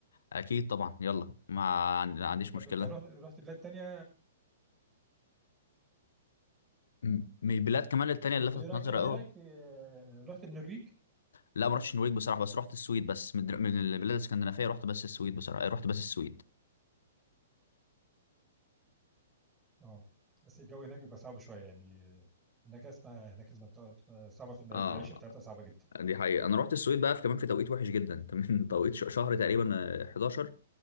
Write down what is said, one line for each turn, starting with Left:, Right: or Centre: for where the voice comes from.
Left: اكيد طبعا يلا ما عن- ما عنديش
Right: طب
Left: مشكله
Right: انت رحت رحت بلاد تانية
Left: م- من البلاد كمان التانية
Right: طب
Left: اللي لفتت
Right: ايه رايك
Left: نظري
Right: ايه
Left: قوي
Right: رايك في- آه، رحت النرويج
Left: لا ما رحتش النرويج بصراحه بس رحت السويد بس من الدر- من البلاد الاسكندنافيه رحت بس السويد بصراحه رحت بس السويد
Right: اه بس الجو هناك بيبقى صعب شويه يعني هناك اسمع هناك المنطقه بتبقى صعبه في المع-
Left: اه
Right: المعيشه بتاعتها صعبه جدا
Left: دي حقيقة أنا رحت السويد بقى في كمان في توقيت وحش جدا <laughs> من توقيت ش- شهر تقريبا آه، 11